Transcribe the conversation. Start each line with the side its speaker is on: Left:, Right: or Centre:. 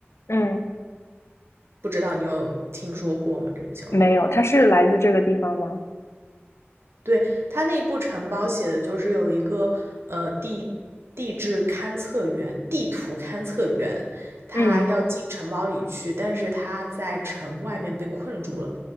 Left: 嗯，
Right: 不知道你有听说过吗？这部小说？
Left: 没有，他是来自这个地方吗？
Right: 对，他那部城堡写的就是有一个呃地地质勘测员、地图勘测员，他要进嗯城堡里去，
Left: 嗯。
Right: 但是他在城外面被困住了，